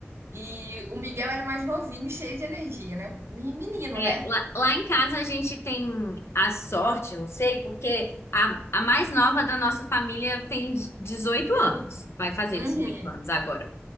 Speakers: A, on the right; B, on the left.
A: E o Miguel ele é mais novinho, cheio de energia, né. Me menino,
B: É,
A: né.
B: lá, lá em casa a gente tem a sorte, não sei, porque a, a mais nova da nossa família tem 18 anos, vai fazer
A: Uhum,
B: 18 anos agora.